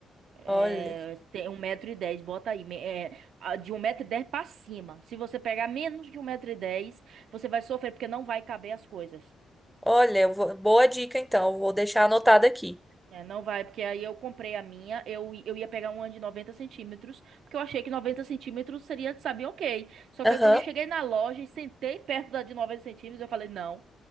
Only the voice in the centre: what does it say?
Olha,
olha, eu vou- boa dica então, eu vou deixar anotado aqui.
Aham.